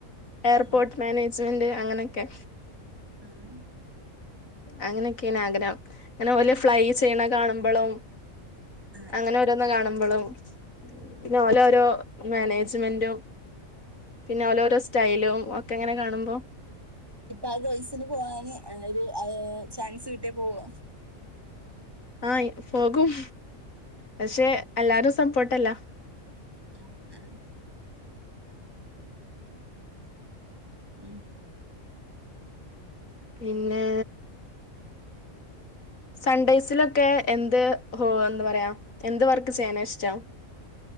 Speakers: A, on the left; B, on the right.
A: ഏർപോർട്ട്
B: ആ,
A: മാനേ ജ്മെന്റ് അങ്ങനൊക്കെ.
B: ആഹ്.
A: അങ്ങനൊക്കെണാഗ്രഹം ഇങ്ങനെ വല്യേ ഫ്ലൈ ചെയ്യണ കാണുമ്പളും.
B: ആ.
A: അങ്ങനോരോന്ന് കാണുമ്പളും പിന്നെ ഓലെ ഓരോ. മാനേജ്മെന്റും പിന്നെ ഓലോരോ സ്റ്റൈലും ഒക്കെങ്ങനെ കാണുമ്പോ.
B: ഇപ്പൊ ആ കോയ്സിന് പോവാന് ഒരു ചാൻസ് കിട്യാ പോവോ?
A: ആഹ് പോകും പക്ഷെ എല്ലാരും സപ്പോർട്ടല്ല.
B: ആഹ് ആഹ്. ഉം.
A: പിന്നെ. സൺഡേയ്സിലൊക്കെ എന്ത് ഹോ എന്താ പറയാ എന്ത് വർക്ക് ചെയ്യാനാഷ്ടം.